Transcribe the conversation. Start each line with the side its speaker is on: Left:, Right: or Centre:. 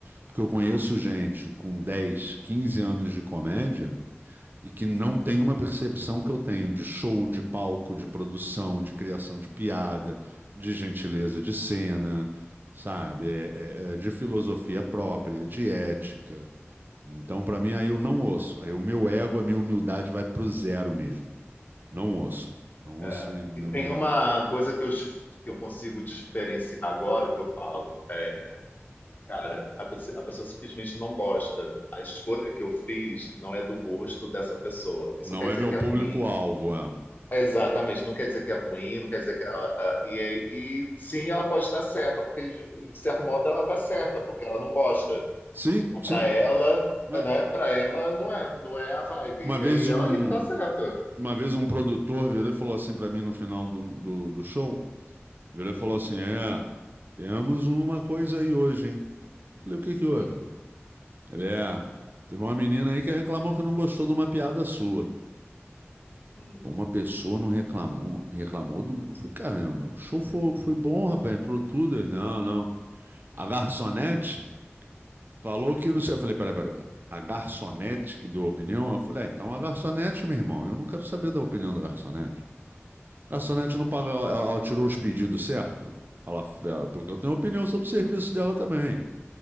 Right: porque eu conheço gente com 10, 15 anos de comédia e que não tem uma percepção que eu tenho de show, de palco, de produção, de criação de piada, de gentileza de cena, sabe? É- é- é de filosofia própria, de ética. Então, para mim, aí eu não ouço. Aí o meu ego, a minha humildade vai pro zero mesmo. Não ouço. Não ouço
Left: é.
Right: e não,
Left: E tem
Right: não,
Left: uma coisa que eu, dif- que eu consigo diferenciar agora que eu falo. É, cara, a, pessoa- a pessoa simplesmente não gosta. A escolha que eu fiz não é do gosto dessa pessoa. Isso
Right: não
Left: não quer
Right: é
Left: dizer
Right: meu
Left: que
Right: público-alvo.
Left: é ruim
Right: é.
Left: Exatamente, não quer dizer que é ruim, não quer dizer que ela. ah, E, aí- e sim, ela pode estar certa, porque de, de certo modo ela está certa, porque ela não gosta.
Right: Sim,
Left: Então,
Right: sim.
Left: para ela,
Right: Ah.
Left: né, para ela não é, não é a vibe.
Right: Uma vez
Left: E aí
Right: um,
Left: ela, e ela está certa.
Right: uma vez um produtor virou e falou assim para mim no final do, do do show. Virou e falou assim: É, temos uma coisa aí hoje, hein? Falei: O que que houve?
Left: Hum,
Right: Ele é, teve uma menina aí que reclamou que não gostou de uma piada sua.
Left: hum,
Right: Uma pessoa não reclamou, reclamou do. Eu falei: Caramba, o show foi, foi bom, rapaz, entrou tudo. Ele: Não, não. A garçonete falou que não sei. Eu falei: Peraí, peraí, peraí. A garçonete que deu a opinião? Eu falei: ah, Então a garçonete, meu irmão, eu não quero saber da opinião da garçonete. A garçonete não pagou, ela, ela tirou os pedidos certo? Ela, ela- porque eu tenho opinião sobre o serviço dela também.